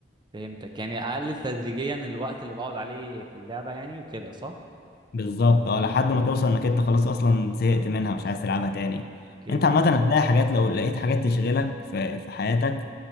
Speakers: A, on the right; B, on the left.
A: فهمتك يعني اقلل تدريجيا الوقت اللي بقعد عليه في اللعبة يعني وكده صح
B: بالظبط اه لحد ما توصل انك انت خلاص اصلا زهقت منها مش عايز تلعبها تاني
A: اوكي
B: انت عامة هتلاقي حاجات لو لقيت حاجات تشغلك في في حياتك